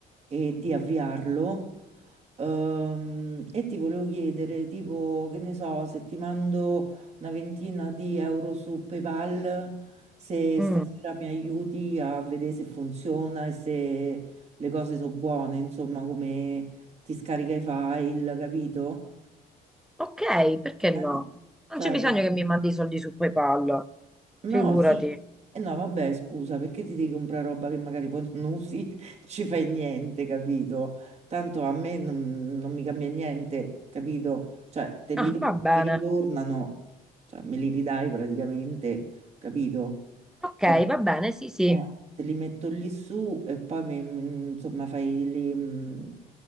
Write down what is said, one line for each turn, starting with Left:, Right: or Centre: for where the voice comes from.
Right: e di avviarlo. Ehm, e ti volevo chiedere, tipo, che ne so, se ti mando una ventina di euro su PayPal, se
Centre: Mm.
Right: stasera mi aiuti a vedere se funziona e se le cose sono buone, insomma, come ti scarica i file, capito?
Centre: Ok, perché
Right: Eh,
Centre: no? Non
Right: cioè,
Centre: c'è bisogno
Right: che
Centre: che mi mandi i soldi su PayPal,
Right: No,
Centre: figurati.
Right: Sì. sì. E no, vabbè, scusa, perché ti devi comprare roba che magari poi non usi, <laughs> ci fai niente, capito? Tanto a me non, non mi cambia niente, capito? Cioè, te li
Centre: Ah,
Right: do,
Centre: va bene.
Right: mi ritornano, cioè, me li ridai praticamente, capito?
Centre: Ok,
Right: Cioè,
Centre: va bene, sì, sì.
Right: eh, te li metto lì su e poi, mi- mi- insomma, fai li, mm,